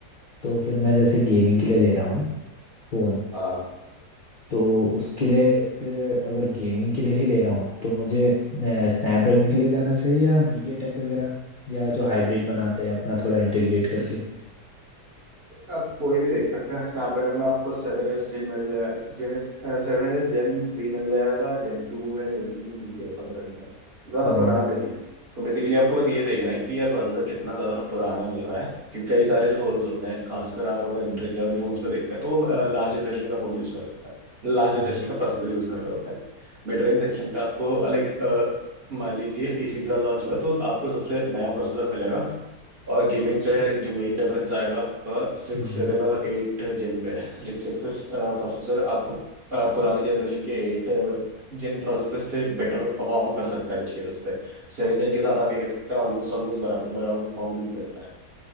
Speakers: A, on the left; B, on the right.
A: तो फिर मैं जैसे गेमिंग के लिए ले रहा हूँ फ़ोन
B: हाँ।
A: तो उसके लिए फिर अगर गेमिंग के लिए ही ले रहा हूँ तो मुझे स्नैपड्रैगन के लिए जाना चाहिए या मीडिया टेक वगैरह या जो हाइब्रिड बनाते हैं अपना थोड़ा इंटीग्रेट करके
B: आप कोई भी देख सकते हैं स्नैपड्रैगन में आपको सेवन एस जेन मिल जाए gen S seven S gen three मिल जाएगा जेन टू है जेन टू भी ठीक है इतना पुराना नहीं है ज्यादा
A: हम्म
B: पुराना भी नहीं है तो बेसिकली आपको बस ये देखना है कि यार प्रोसेसर कितना ज्यादा पुराना मिल रहा है क्योंकि कई सारे जो फोन्स होते हैं खासकर आप अगर एंट्री लेवल फोन्स पे देखते हैं तो लास्ट जनरेशन का फोन यूज कर रहा है लास्ट
A: हम्म,
B: जनरेशन का प्रोसेसर यूज कर रहे होते हैं मिड रेंज सेक्शन पे आपको लाइक मान लीजिए इसी साल लॉन्च हुआ है, तो आपको सबसे नया प्रोसेसर मिलेगा और गेमिंग
A: अच्छा
B: पे लाइक जो मेन डिफरेंस आएगा आपका सिक्स
A: हम्म,
B: सेवन और एट जिन पे लाइक सिक्स प्रोसेसर आपको अ, पुरानी जनरेशन के एट जिन प्रोसेसर से बेटर परफॉर्म कर सकता है कुछ केसेस पे सेवन जिन के साथ आप ये कह सकते हैं ऑलमोस्ट ऑलमोस्ट बराबर बराबर परफॉर्मेंस देता है